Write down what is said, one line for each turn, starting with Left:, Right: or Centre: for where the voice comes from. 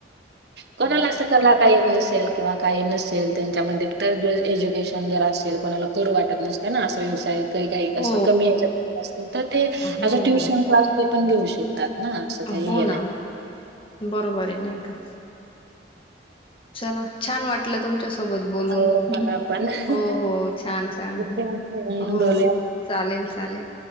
Right: कोणाला
Left: हो
Right: असं कला का येत नसेल किंवा काही नसेल त्यांच्यामध्ये एज्युकेशन जर असेल कोणाला करू वाटतं नसतं ना? व्यवसाय किंवा काही
Left: हो
Right: असं कमी याच्यात असेल तर ते
Left: हो
Right: ट्युशन
Left: हो
Right: क्लास ते पण घेऊ शकतात? ना असं काही
Left: हो
Right: हे नाही.
Left: ना बरोबर आहे नाही. का चला. छान वाटलं तुमच्या सोबत बोलून
Right: हो
Left: हो
Right: मला पण ठीक
Left: हो छान छान
Right: आहे. हम्म,
Left: हो
Right: बोलूया
Left: चालेल चालेल.